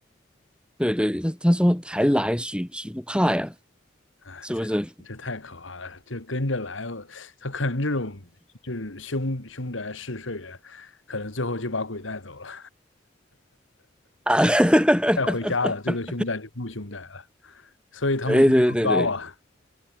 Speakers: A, in the centre; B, on the left (about 85°).
A: 对对，他他说还来，谁谁不怕呀？
B: 哎，
A: 是不是？
B: 对，这太可怕了，这跟着来，他可能这种就是凶凶宅试睡员，可能最后就把鬼带走了，
A: 啊，<laughs>
B: 带回家了，这个凶宅就不凶宅了，所以他们工资高啊。
A: 对对对对